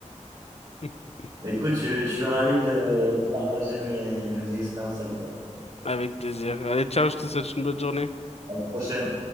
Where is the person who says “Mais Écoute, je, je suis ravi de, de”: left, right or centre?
Right